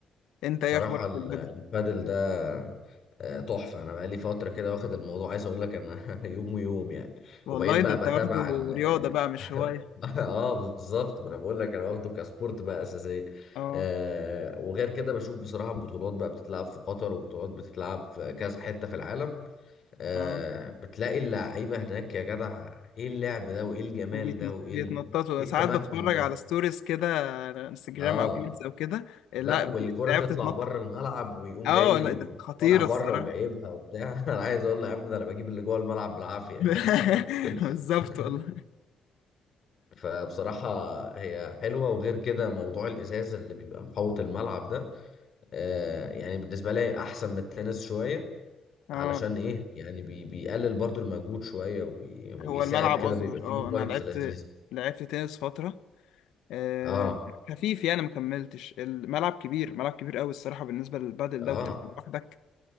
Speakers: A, on the left (about 85°); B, on the left (about 55°).
A: انت
B: بصراحة
A: ايه اخبارك
B: ال-
A: في البدل
B: البادل ده آه، تحفة أنا بقالي فترة كده واخد الموضوع عايز أقول لك أنا <laughs> يوم ويوم يعني
A: والله
B: وبقيت بقى
A: ده انت واخده
B: بتابع ال...
A: رياضة
B: ال...
A: بقى مش هواية
B: <laughs> آه بالظبط ما أنا بقول لك أنا واخده كسبورت بقى أساسية
A: اه
B: آه وغير كده بشوف بصراحة بطولات بقى بتتلعب في قطر وبطولات بتتلعب في كذا حتة في العالم آه
A: اه
B: بتلاقي اللعيبة هناك يا جدع إيه اللعب ده وإيه الجمال
A: وبيتنط-
B: ده وإيه
A: بيتنططوا
B: ال... إيه
A: ساعات
B: التمكن
A: بتفرج
B: ده
A: على ستوريز كده على انستجرام
B: آه
A: او ريلز او كده لا
B: لا والكرة
A: بي- لعبة
B: تطلع
A: تتنطط
B: بره الملعب ويقوم
A: اه
B: جاي
A: لا ده خطيرة
B: طالع بره
A: الصراحة
B: وجايبها وبتاع <laughs> انا عايز اقول له يا عم ده انا بجيب اللي جوه الملعب بالعافية
A: <laughs>
B: <laughs>
A: بالظبط والله
B: فبصراحة هي حلوة وغير كده موضوع الإزاز اللي بيبقى محوط الملعب ده آه يعني بالنسبة لي أحسن من التنس شوية
A: اه
B: علشان إيه يعني بي بيقلل برضو المجهود شوية وي ويساعد
A: هو الملعب
B: كده
A: اصغر
B: بيبقى فيه
A: اه
B: فايبس
A: انا لعبت
B: لذيذة
A: لعبت تنس فتره آه،
B: آه
A: خفيف يعني ما كملتش الملعب كبير ملعب كبير قوي الصراحه بالنسبه للبادل
B: آه
A: ده وبتلعب لوحدك